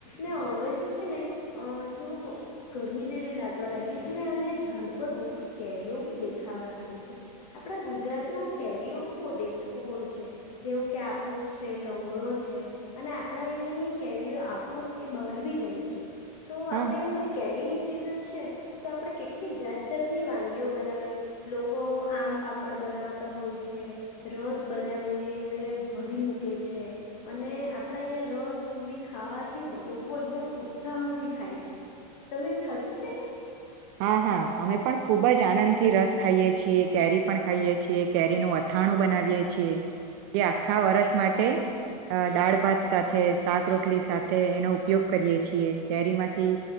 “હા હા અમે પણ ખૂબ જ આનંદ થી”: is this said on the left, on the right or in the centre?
Right